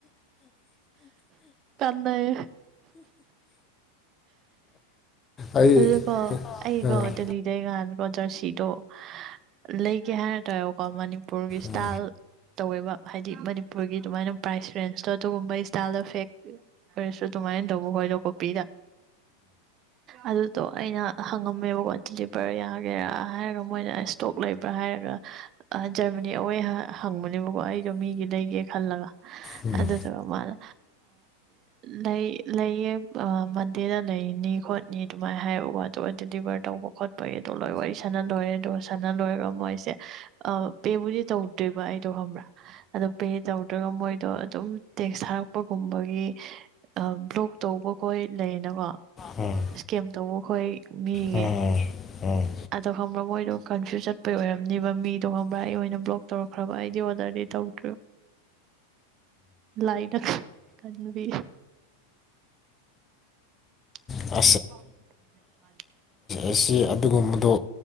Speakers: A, on the right (about 35°); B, on the left (about 20°).
A: ꯀꯅꯥꯑ
B: ꯑꯩ
A: ꯑꯗꯨꯀꯣ ꯑꯩꯀꯣ
B: ꯑꯥ
A: ꯗꯂꯤꯗꯒꯥꯟ ꯣ ꯖꯔꯁꯤꯗꯣ ꯂꯩꯒꯦ ꯍꯥꯏꯔ ꯇꯥꯔꯦꯕꯀꯣ ꯃꯅꯤꯄꯨꯔꯒꯤ ꯏꯁꯇꯥꯏꯜ
B: ꯎꯝ
A: ꯇꯧꯋꯦꯕ ꯍꯥꯏꯗꯤ ꯃꯅꯤꯄꯨꯔꯒꯤ ꯑꯗꯨꯃꯥꯏꯅ ꯄ꯭ꯔꯥꯏꯁ ꯔꯦꯟꯁꯇꯣ ꯑꯗꯨꯒꯨꯝꯕ ꯏꯁꯇꯥꯏꯜꯗ ꯐꯦꯛ ꯑꯣꯏꯔꯁꯨ ꯑꯗꯨꯃꯥꯏꯅ ꯇꯧꯕ ꯈꯣꯏꯗꯣ ꯀꯣꯄꯤꯗ ꯑꯗꯨꯗꯣ ꯑꯩꯅ ꯍꯪꯉꯝꯃꯦꯕꯀꯣ ꯇꯗꯤꯂꯤꯕꯔ ꯌꯥꯒꯦꯔꯥ ꯍꯥꯏꯔꯒ ꯃꯣꯏꯅ ꯏꯁꯇꯣꯛ ꯂꯩꯕ꯭ꯔꯥ ꯍꯥꯏꯔꯒ ꯖꯔꯃꯅꯤ ꯑꯋꯦ ꯍꯪꯕꯅꯦꯕꯀꯣ ꯑꯩꯗꯣ ꯃꯤꯒꯤ ꯂꯩꯒꯦ ꯈꯜꯂꯒ
B: ꯎꯝ
A: ꯑꯗꯨꯗꯨꯒ ꯃꯥꯅ ꯂꯩ ꯂꯩꯌꯦ ꯃꯟꯗꯦꯗ ꯂꯩꯅꯤ ꯈꯣꯠꯅꯤ ꯅꯤ ꯑꯗꯨꯃꯥꯏꯅ ꯍꯥꯏꯌꯕꯀꯣ ꯑꯗꯨꯒ ꯗꯤꯂꯤꯚꯔ ꯇꯧꯕ ꯈꯣꯠꯄꯒꯤꯗꯣ ꯂꯣꯏ ꯋꯥꯔꯤ ꯁꯥꯟꯅ ꯂꯣꯏꯔꯦ ꯑꯗꯨꯒ ꯁꯥꯟꯅ ꯂꯣꯏꯔꯒ ꯃꯣꯏꯁꯦ ꯄꯦꯕꯨꯗꯤ ꯇꯧꯗꯣꯏꯕ ꯑꯩꯗꯣ ꯈꯪꯕ꯭ꯔꯥ ꯑꯗꯣ ꯄꯦ ꯇꯧꯗ꯭ꯔꯒ ꯃꯣꯏꯗꯣ ꯑꯗꯨꯝ ꯇꯦꯛꯁ ꯊꯥꯔꯛꯄꯒꯨꯝꯕꯒꯤ ꯕ꯭ꯂꯣꯛ ꯇꯧꯕꯈꯣꯏ ꯂꯩꯌꯦꯅꯀꯣ
B: ꯎꯝ
A: ꯀꯦꯝꯇꯧꯕ ꯑꯩꯈꯣꯏ ꯃꯤꯒꯤ
B: ꯎꯝ ꯎꯝ
A: ꯑꯗꯣ ꯈꯪꯕ꯭ꯔꯥ ꯃꯣꯏꯗꯣ ꯀꯟꯐ꯭ꯌꯨꯁ ꯆꯠꯄꯩ ꯑꯣꯏꯔꯝꯅꯤꯕ ꯃꯤꯗꯣ ꯈꯪꯕ꯭ꯔꯥ ꯑꯩ ꯑꯣꯏꯅ ꯕ꯭ꯂꯣꯛ ꯇꯧꯔꯛꯈ꯭ꯔꯕ ꯑꯩꯗꯤ ꯑꯣꯔꯗꯔꯗꯤ ꯇꯧꯗ꯭ ꯂꯥꯏꯅ ꯈꯟꯕꯤ <unintelligible>
B: ꯎꯝ ꯑꯁꯤꯁꯤ ꯑꯗꯨꯒꯨꯝꯕꯗꯣ